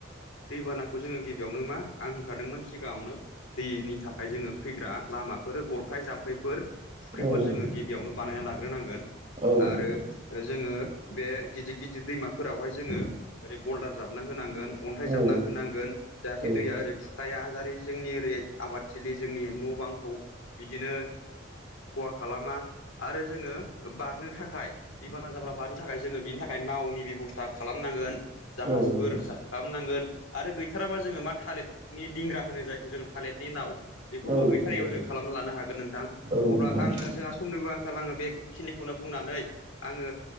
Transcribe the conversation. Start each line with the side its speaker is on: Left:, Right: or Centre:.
Left: दैबानाखौ जोंङो गिबियावनो मा आं होनखादोंमोन सिगाङावनो दैनि थाखाय जोंङो फैग्रा लामा फोर गरखाय जाम्फैफोर फुख्रिफोर
Right: औ नोंथां औ
Left: जोंङो गिबियावनो बानायना लाग्रोनांगोन।
Right: औ
Left: आरो
Right: नोंथां
Left: जोंङो बे गिदिर गिदिर दैमाफोरावहाय जोंङो ओरै बल्दार जाबना होनांगोन। अन्थाइ
Right: औ
Left: जाबना होनांगोन जाहाथे
Right: औ
Left: दैया ओरै खुर खाया जारै जोंनि ओरै आबादथिलि जोंनि न' बां खौ बिदिनो खहा खालामा आरो जोङो बारनो थाखाय दैबाना जाब्ला बारनो थाखाय जोंङो बिनि थाखाय नावनि बेबस्था खालामनांगोन। जाहाजफोर
Right: औ नोंथां
Left: खालामनांगोन आरो गै थाराबा जोङो मा थालिरनि दिंग्रा होनो जायखौ जोङो थालिरनि नाव। बेखौबो
Right: औ
Left: गैथारियाव जों खालामना लानो हागोन नोंथां
Right: औ
Left: अब्ला
Right: नोंथां
Left: आंङो जोंहा समनिबो आंखाल आंङो बेखिनिखौ नों बुंनानै आङो